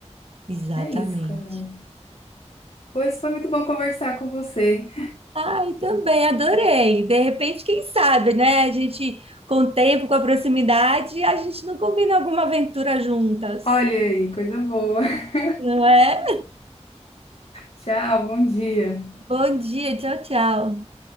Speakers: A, on the right (about 55°); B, on the left (about 60°).
A: Exatamente.
B: É isso, Carol. Pois foi muito bom conversar com você.
A: Ai, também, adorei. De repente, quem sabe, né? A gente, com o tempo, com a proximidade, a gente não combina alguma aventura juntas,
B: Olha aí, coisa boa. <laughs>
A: não é?
B: Tchau, bom dia.
A: Bom dia, tchau, tchau.